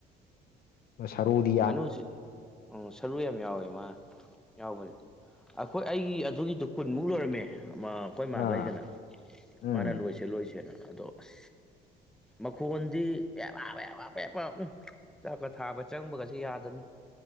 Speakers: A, on the left; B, in the centre.
A: ꯁꯥꯔꯨꯗꯤ
B: ꯉꯥꯅꯨꯖꯤ ꯑ ꯁꯔꯨ ꯌꯥꯝ ꯌꯥꯎꯋꯦ ꯃꯥꯅ ꯌꯥꯎꯕꯅꯦ꯫ ꯑꯈꯣꯏ ꯑꯩꯒꯤ ꯑꯗꯨꯒꯤꯗꯣ ꯀꯨꯟꯃꯨꯛ ꯂꯣꯏꯔꯝꯃꯦ꯫ ꯃ ꯑꯈꯣꯏ ꯃꯥꯒ
A: ꯑꯥ
B: ꯑꯩꯒꯅ
A: ꯎꯝ
B: ꯃꯥꯅ ꯂꯣꯏꯁꯦ ꯂꯣꯏꯁꯦꯅ ꯑꯗꯣ ꯑꯁ ꯃꯈꯣꯟꯗꯤ ꯋꯦꯋꯥꯋꯦꯋꯥ ꯄꯦꯄ ꯎꯝ ꯆꯥꯛꯀ ꯊꯥꯕ ꯆꯪꯕꯒꯖꯦ ꯌꯥꯗꯃꯤ